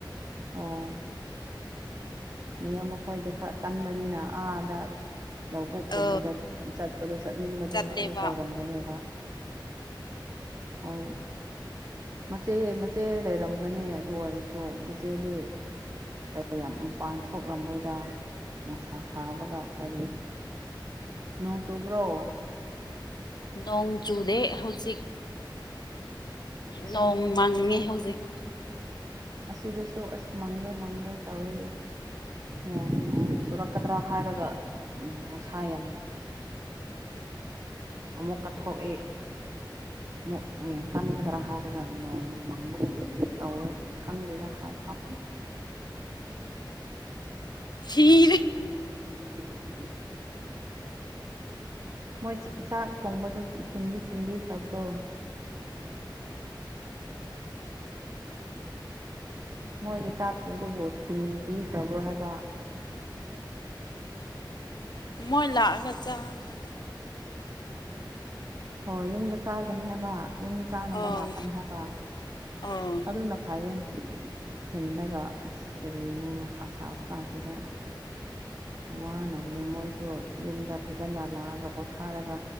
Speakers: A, on the right; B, on the left.
A: ꯑꯣ ꯃꯌꯥꯝ ꯃꯈꯣꯏꯗꯤ ꯈꯔ ꯀꯟꯕꯅꯤꯅ ꯑꯥꯗ ꯂꯧꯕꯨꯛꯀꯨꯝꯕꯗ
B: ꯑ
A: ꯆꯠꯄꯗꯣ ꯆꯠꯅꯤꯡꯕꯗꯣ
B: ꯆꯠꯂꯦꯕ
A: ꯑꯗꯨ ꯇꯧꯔꯝꯒꯅꯦꯕ ꯍꯣꯏ ꯃꯆꯦ ꯃꯆꯦ ꯂꯩꯔꯝꯒꯅꯤ ꯑꯗꯨ ꯑꯣꯏꯔꯁꯨ ꯃꯆꯦꯗꯤ ꯀꯌꯥꯝ ꯃꯄꯥꯟ ꯊꯣꯛꯂꯝꯃꯣꯏꯗ ꯅꯨꯡꯁꯥ ꯁꯥꯕꯒ ꯀꯔꯤ ꯅꯣꯡ ꯆꯨꯕ꯭ꯔꯣ
B: ꯅꯣꯡ ꯆꯨꯗꯦ ꯍꯧꯖꯤꯛ ꯅꯣꯡ ꯃꯪꯉꯦ ꯍꯧꯖꯤꯛ
A: ꯑꯁꯤꯗ ꯁꯨ ꯑꯁ ꯃꯪꯒꯦ ꯃꯪꯒꯦ ꯇꯧꯋꯦꯗ ꯑꯣ ꯅꯣꯡ ꯆꯨꯔꯛꯀꯗ꯭ꯔꯥ ꯍꯥꯏꯔꯒ ꯎꯝ ꯅꯨꯡꯁꯥ ꯌꯥꯝ ꯑꯃꯨꯛꯀ ꯊꯣꯛꯏ ꯑꯃꯨꯛ ꯍꯌꯦꯡ ꯀꯟꯒꯗ꯭ꯔꯥ ꯍꯥꯏꯔꯒ ꯅꯣꯡ ꯃꯪꯕꯒꯨꯝ ꯇꯧꯋꯦ ꯈꯪꯗꯦꯗ ꯍꯥꯏꯐꯝ <inaudible>
B: ꯁꯤꯔꯦ
A: <inaudible> ꯃꯣꯏ ꯆꯥꯛ ꯊꯣꯡꯕꯗꯨ ꯊꯤꯟꯗꯤ ꯊꯤꯟꯕꯤꯈ꯭ꯔꯕ꯭ꯔꯣ ꯃꯣꯏꯒꯤ ꯆꯥꯛꯄꯨꯗꯨꯕꯨ ꯊꯤꯟꯕꯤꯈ꯭ꯔꯕ꯭ꯔꯣ ꯍꯥꯏꯕ <inaudible>
B: ꯎꯝ ꯃꯣꯏ ꯂꯥꯛꯑꯒ ꯆꯥꯔꯒ
A: ꯍꯣ ꯌꯨꯝꯗ ꯆꯥꯒꯅꯤ ꯍꯥꯏꯕ ꯌꯨꯝꯗ ꯆꯥꯅꯕ
B: ꯑꯥꯎ
A: ꯂꯥꯛꯀꯅꯤ ꯍꯥꯏꯕ
B: ꯑꯥꯎ
A: ꯑꯗꯨꯅ ꯐꯩꯌꯦ ꯊꯤꯂꯒ ꯑꯁ ꯀꯔꯤꯒꯤꯅꯣ ꯅꯨꯡꯁꯥ ꯁꯥꯕ ꯀꯥꯟꯁꯤꯗ ꯋꯥꯅꯕꯅꯦ ꯃꯣꯏꯁꯨ ꯌꯨꯝꯗ ꯐꯖꯅ ꯂꯥꯛꯑꯒ ꯄꯣꯊꯥꯔꯒ